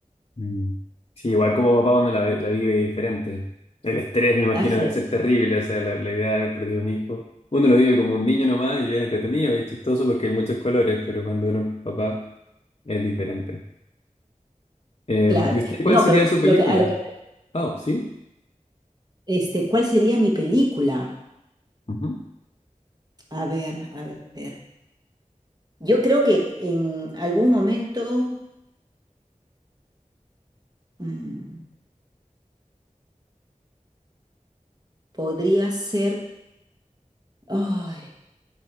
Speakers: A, on the left; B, on the right.
A: Mm. Sí, igual como papá uno la, ve- la vive diferente. El estrés, me imagino,
B: Así
A: debe
B: es,
A: ser terrible. O sea, la, la idea de haber perdido un hijo. Uno lo vive como un niño nomás y es entretenido, es chistoso porque hay muchos colores, pero cuando uno es papá es diferente. Eh,
B: claro.
A: ¿y usted cuál
B: No,
A: sería
B: pero
A: su película?
B: lo que, a lo que,
A: Ah, sí.
B: este, ¿cuál sería mi película?
A: Ujú.
B: A ver, a ver. Yo creo que en algún momento mm, podría ser... Ay,